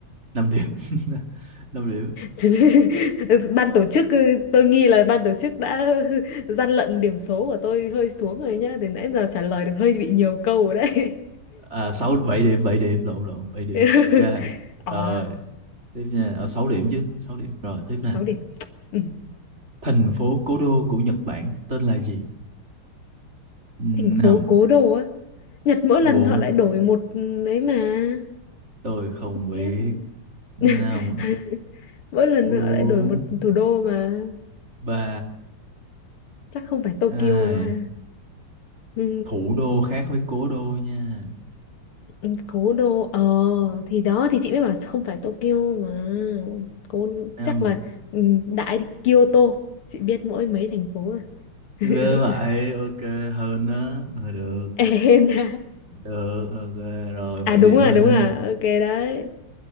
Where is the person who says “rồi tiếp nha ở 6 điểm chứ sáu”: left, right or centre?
Right